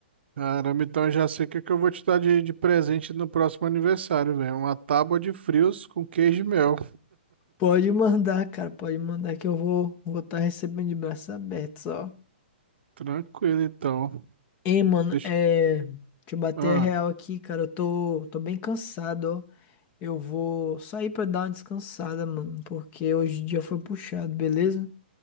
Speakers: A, on the right; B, on the left.
A: Caramba, então eu já sei o que é que eu vou te dar de, de presente no próximo aniversário, velho. Uma tábua de frios com queijo e mel.
B: Pode mandar, cara, pode mandar que eu vou vou estar recebendo de braços abertos, ó.
A: Tranquilo, então.
B: Ei, mano,
A: Deixa...
B: é, deixa eu bater
A: Ah.
B: a real aqui, cara, eu tô, tô bem cansado, ó. Eu vou sair pra dar uma descansada, mano, porque hoje o dia foi puxado, beleza?